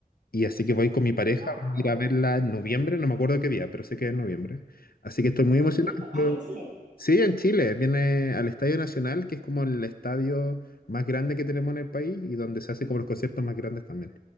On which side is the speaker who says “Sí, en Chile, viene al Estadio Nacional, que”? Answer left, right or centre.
Left